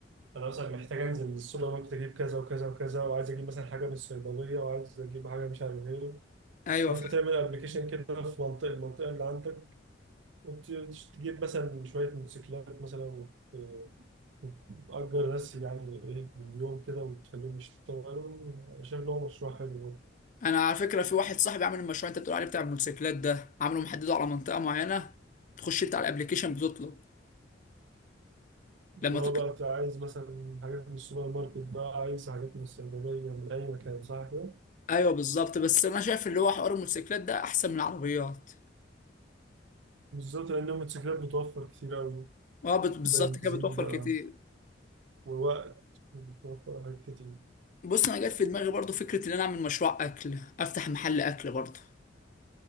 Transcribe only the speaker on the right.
انا مثلا محتاج انزل السوبر ماركت اجيب كذا وكذا وكذا وعايز اجيب مثلا حاجه من الصيدليه وعايز اجيب حاجه مش عارف ايه
فانت
تعمل ابلكيشن كده في منطقه المنطقه اللي عندك وتجيب مثلا شويه موتوسيكلات مثلا وت- وتأجر ناس يعني ايه باليوم كده وتخليهم يشتغلوا أنا شايف إن هو مشروع حلو
هو بقى أنت عايز مثلا حاجات من السوبر ماركت بقى عايز حاجات من الصيدلية من أي مكان صح كده؟
بالظبط لأن الموتوسيكلات بتوفر كتير أوي
بنزين
بقى
ووقت وبتوفر حاجات كتير